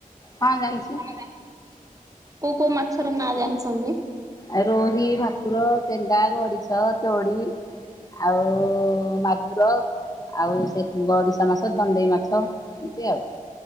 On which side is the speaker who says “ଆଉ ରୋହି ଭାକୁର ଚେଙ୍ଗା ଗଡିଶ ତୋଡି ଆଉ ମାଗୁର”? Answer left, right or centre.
Left